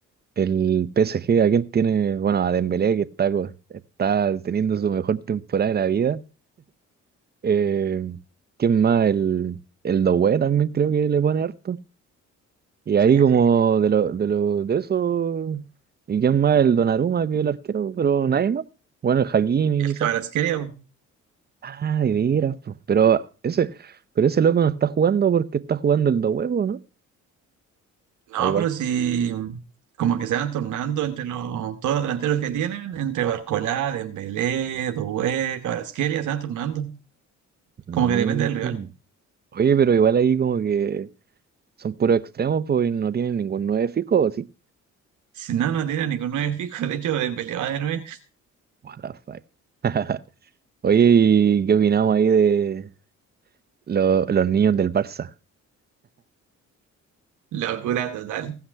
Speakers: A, on the right (about 35°); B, on the right (about 75°).
A: el PSG, ¿a quién tiene? Bueno, a Dembélé, que está, co- está teniendo su mejor temporada de la vida. Eh, ¿quién más? El, el Doué también creo que le pone harto. Y ahí
B: Sí,
A: como de lo, de lo, de eso, ¿y quién más? El Donnarumma que el arquero, pero nadie más. Bueno, el Hakimi
B: el
A: quizás.
B: Kvaratskhelia
A: Ah, de veras, pues. Pero ese, pero ese loco no está jugando porque está jugando el dos huevos, ¿no?
B: No,
A: O igual.
B: pero si como que se van tornando entre los, todos los delanteros que tienen, entre Barcolá, Dembélé, Doué, Kvaratskhelia, se van tornando.
A: Mm.
B: Como que depende del rival.
A: Oye, pero igual ahí como que son puros extremos, pues y no tienen ningún nueve fijo, ¿o sí?
B: Si no, no tiene ningún nueve fijo. De hecho, Dembélé va de nueve.
A: What the fuck. <laughs> Oye, ¿y qué opinamos ahí de lo- los niños del Barça?
B: Locura total.